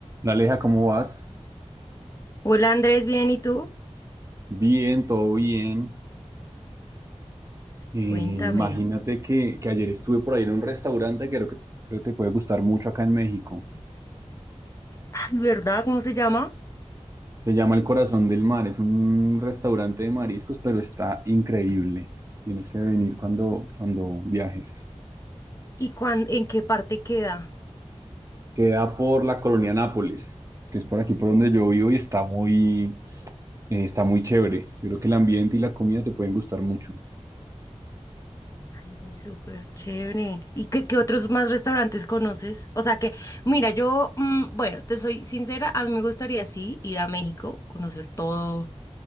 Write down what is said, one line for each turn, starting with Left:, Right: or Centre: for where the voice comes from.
Right: Aleja, ¿cómo vas?
Left: Hola Andrés, bien, ¿y tú?
Right: Bien, todo bien. Eh,
Left: Cuéntame.
Right: imagínate que, que ayer estuve por ahí en un restaurante que creo que creo que te puede gustar mucho acá en México.
Left: Ay, ¿verdad? ¿Cómo se llama?
Right: Se llama El Corazón del Mar, es un restaurante de mariscos, pero está increíble. Tienes que venir cuando, cuando viajes.
Left: ¿Y cuán- en qué parte queda?
Right: Queda por la colonia Nápoles, que es por aquí por donde yo vivo y está muy, eh, está muy chévere. Yo creo que el ambiente y la comida te pueden gustar mucho.
Left: Ay, súper chévere. ¿Y qué, qué otros más restaurantes conoces? O sea que, mira, yo, mm, bueno, te soy sincera, a mí me gustaría sí ir a México, conocer todo,